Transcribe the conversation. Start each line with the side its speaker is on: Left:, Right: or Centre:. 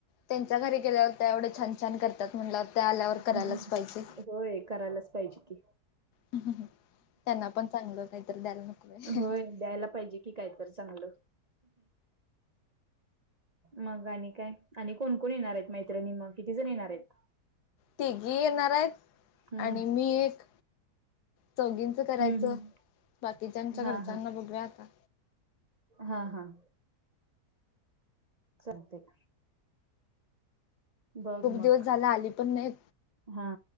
Left: त्यांच्या घरी गेल्यावर त्या एवढं छान छान करतात, म्हंटल्यावर त्या आल्यावर. करायलाच
Right: ह
Left: पाहिजे <unintelligible>
Right: होय करायलाच पाहिजे की
Left: त्यांना पण चांगलं काय तर द्यायला नको काय
Right: होय
Left: <unintelligible>
Right: द्यायला पाहिजे कि कायतर चांगलं. मग आणि काय आणि कोणकोण येणारयंत मैत्रिणी मग किती जण येणारयंत?
Left: तिघी येणारायंत
Right: हम्म
Left: आणि मी एक चौघींच करायचं
Right: हम्म हम्म
Left: बाकीच्यांच्या
Right: हा
Left: घरच्यांना बघूया आता.
Right: हां हां. चलतयं बघ
Left: खूप
Right: मग
Left: दिवस झालं आली पण नाय
Right: हा